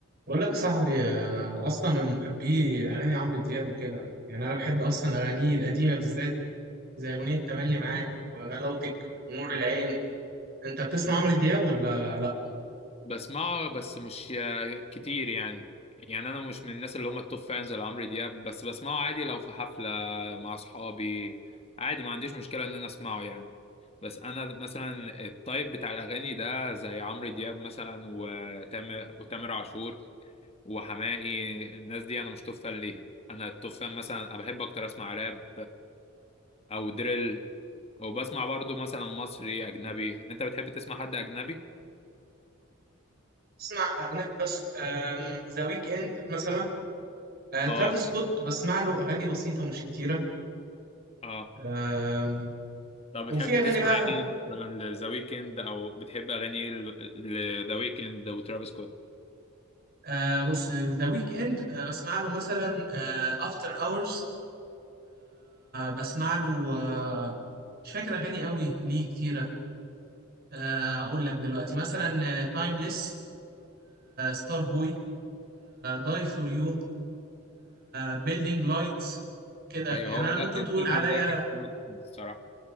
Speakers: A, on the right (about 45°); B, on the left (about 30°).
A: بقول لك صاحبي انا اصلا من محبي اغاني عمرو دياب وكده يعني انا بحب اصلا اغانيه القديمه بالذات زي اغنيه تملي معاك وغلاوتك ونور العين انت بتسمع عمرو دياب ولا لا
B: بسمعه بس مش كتير يعني يعني انا مش من الناس اللي هم التوب فانز لعمرو دياب بس بسمعه عادي لو في حفلة مع اصحابي عادي ما عنديش مشكلة ان انا اسمعه يعني بس انا مثلا التايب بتاع الاغاني ده زي عمرو دياب مثلا وتامر وتامر عاشور وحماقي الناس دي انا مش توب فان ليها انا التوب فان مثلا انا بحب اكتر اسمع راب او دريل وبسمع برضو مثلا مصري اجنبي انت بتحب تسمع حد اجنبي
A: بسمع اغاني بس ذا ويك اند مثلا آه،
B: اه
A: ترافيس سكوت بسمع له اغاني بسيطه مش كتيره
B: اه
A: آم،
B: طب
A: وفي
B: بتحب
A: اغاني
B: تسمع
A: بقى
B: ايه مثلا لذا ويكند او بتحب اغاني ايه لذا ويكند وترافيس سكوت
A: آه، بص ذا ويك اند بسمع له مثلا افتر اورز بسمع له آه، مش فاكر اغاني قوي ليه كتيره آه، اقول لك دلوقتي مثلا تايمليس ستار بوي داي فور يو بيلدينج لايتس كده
B: ايوه
A: يعني
B: هو
A: انا
B: الأ-
A: ممكن
B: الالبوم
A: تقول عليا
B: ده كان حلو الصراحه